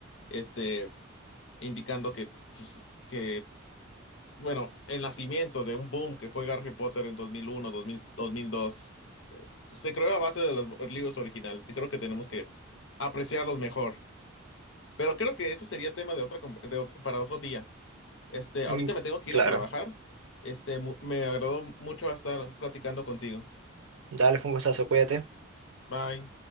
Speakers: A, on the left (about 60°); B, on the right (about 75°).
A: este, indicando que, pues, que, bueno, el nacimiento de un boom que fue Harry Potter en 2001, 2000, 2002, eh, se creó a base de los libros originales. Y creo que tenemos que apreciarlos mejor. Pero creo que eso sería tema de otra, com- de ot- para otro día. Este, ahorita
B: Mm,
A: me tengo que
B: Claro.
A: ir a trabajar. Este, mu- me agradó mucho estar platicando contigo.
B: Dale, fue un gustazo, cuídate.
A: Bye.